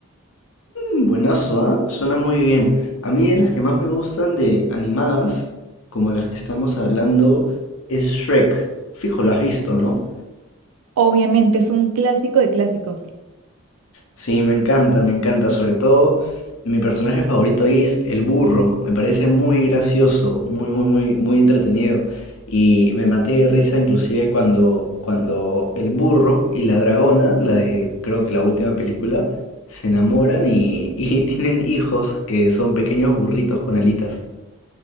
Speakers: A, on the left; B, on the right.
A: Buenazo, ¿ah? Suena muy bien. A mí de las que más me gustan de animadas, como las que estamos hablando, es Shrek. Fijo, lo has visto, ¿no?
B: Obviamente es un clásico de clásicos.
A: Sí, me encanta, me encanta. Sobre todo, mi personaje favorito ahí es el burro. Me parece muy gracioso, muy, muy, muy, muy entretenido. Y me maté de risa inclusive cuando, cuando el burro y la dragona, la de creo que la última película, se enamoran y, y <laughs> tienen hijos que son pequeños burritos con alitas.